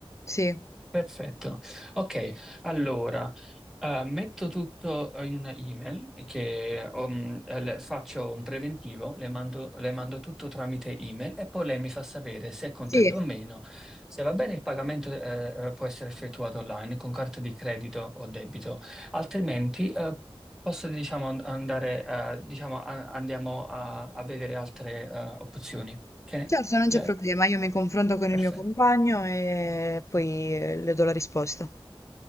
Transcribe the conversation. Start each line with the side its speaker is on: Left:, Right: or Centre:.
Left: sì,
Centre: Perfetto. Ok, allora eh, metto tutto eh, in una email che um, eh, le- faccio un preventivo, le mando, le mando tutto tramite email e poi lei mi fa sapere se è contento
Left: sì,
Centre: o meno. Se va bene il pagamento eh, eh, può essere effettuato online con carta di credito o debito, altrimenti eh, posso diciamo, and- andare, eh, diciamo, a- andiamo a, a vedere altre eh, opzioni. Ok?
Left: certo, non
Centre: Le-
Left: c'è problema, io mi confronto con
Centre: Perfetto.
Left: il mio compagno e poi eh, le do la risposta.